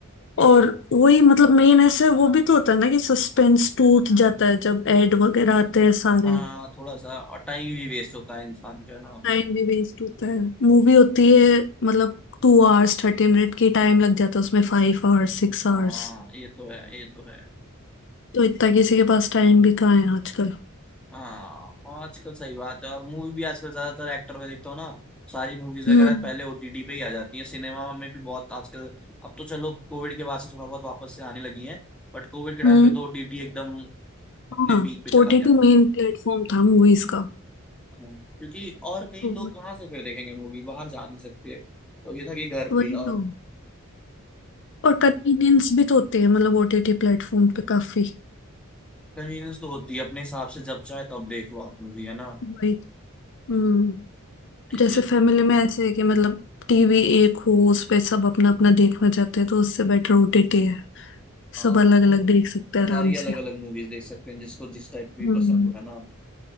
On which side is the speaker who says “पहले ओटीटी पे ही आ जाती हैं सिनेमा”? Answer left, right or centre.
Centre